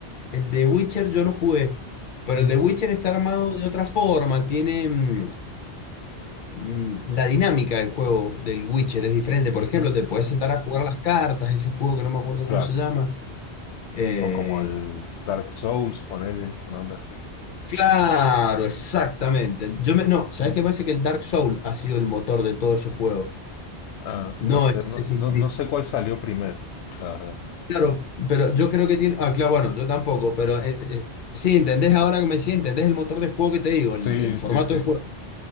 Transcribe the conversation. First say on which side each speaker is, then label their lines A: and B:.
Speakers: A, on the left; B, on the left.
A: El de Witcher yo lo jugué, pero
B: Mm,
A: el de Witcher está armado de otra forma, tiene mm, mm, la dinámica del juego del Witcher es diferente. Por
B: ujú,
A: ejemplo, te puedes sentar a jugar a las cartas, ese juego que no me acuerdo
B: Claro.
A: cómo se llama. Eh,
B: O como el Dark Souls, poner una onda así.
A: claro, exactamente. Yo me, no,
B: Ujú.
A: ¿sabes qué pasa? Que el Dark Souls ha sido el motor de todos esos juegos.
B: Ah,
A: No
B: puede ser.
A: el
B: No,
A: Assassin's
B: no,
A: Creed.
B: no sé cuál salió primero, la verdad.
A: Claro, pero yo creo que tiene. Ah, claro, bueno, yo tampoco, pero eh, eh, sí, entendés ahora que me sí, entendés el motor de juego que te digo, el
B: Sí,
A: el formato
B: sí, sí.
A: de juego